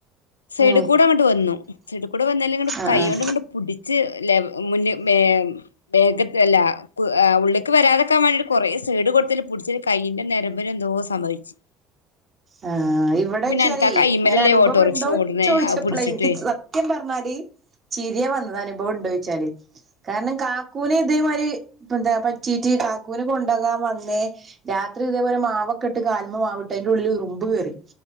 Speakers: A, on the left (about 80°); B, on the right (about 35°).
A: സൈഡി
B: ഉം
A: കൂടെ അങ്ങട്ട് വന്നു സൈഡി കൂടെ വന്നാലങ്ങട്ട
B: ആഹ്
A: കൈകൊണ്ടങ്ങട്
B: ആഹ്
A: പുടിച്ച് ലെവ മുന്നേ വേഗത്തല്ല ഉള്ളക്ക് വരാതെക്കാൻ വേണ്ടി കുറേ സൈഡ് കൊടുത്തിന് പിടിച്ച്ന് കയ് നരമ്പിനെന്തോ സംഭവി ച്ചീന്
B: ആ ഇവിടെംശരി
A: അനക്ക് ആ കൈമലല്ലേ
B: ഇങ്ങനെ അനുഭവം
A: ഓട്ടോറിക്ഷ
B: ഉണ്ടോ
A: ഓടണേ
B: ചോദിച്ചപ്പോളെ
A: അത് പിടിച്ചിട്ടേ
B: എനിക്ക് സത്യം പറഞ്ഞാല് ചിരിയ വന്നതേ ഒണ്ടോയ്ച്ചാല് കാരണം കാക്കൂനെ ഇതേമാരി ന്താ പറ്റീട്ട് കാക്കൂനെക്കൊണ്ട <unintelligible> വന്നേ രാത്രി ഇതേപോലെ മാവക്കെട്ട് കാല്മ്മെ മാവിട്ട് അതിന്റുള്ളിൽ ഉമ്പ് കേറി